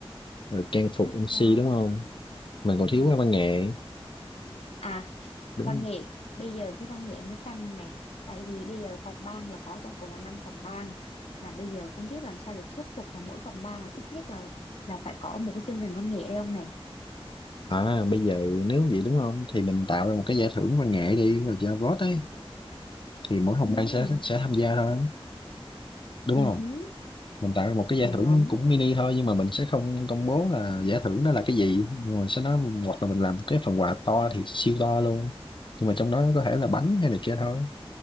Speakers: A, on the left; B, on the left.
A: rồi trang phục
B: sách
A: MC
B: uh,
A: đúng không mình còn thiếu
B: ờ.
A: cái văn nghệ
B: à
A: đúng
B: văn nghệ. Bây giờ cái văn nghệ mới căng này, tại vì bây giờ phòng ban là có tổng cộng là 5 phòng ban mà bây giờ không biết làm sao để thuyết phục mà mỗi phòng ban là ít nhất là là phải có một cái chương trình văn nghệ đây ông này.
A: à bây giờ nếu vậy đúng không thì mình tạo ra một cái giải thưởng văn nghệ đi rồi cho vote ấy thì mỗi phòng
B: Ừ,
A: ban sẽ sẽ tham gia thôi đúng
B: ừ,
A: không
B: hứ,
A: mình tạo ra một cái giải
B: cũng
A: thưởng
B: đúng.
A: cũng mini thôi nhưng mà mình sẽ không công bố là giải thưởng đó là cái gì nhưng mình sẽ nói hoặc là mình làm cái phần quà to thì siêu to luôn nhưng mà trong đó có thể là bánh hay này kia thôi